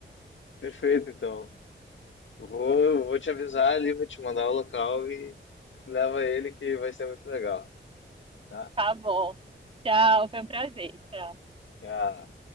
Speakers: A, on the left; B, on the right.
A: Perfeito, então. Vou, eu vou te avisar ali, vou te mandar o local e leva ele que vai ser muito legal, tá?
B: Tá bom. Tchau, foi um prazer. Tchau.
A: Já.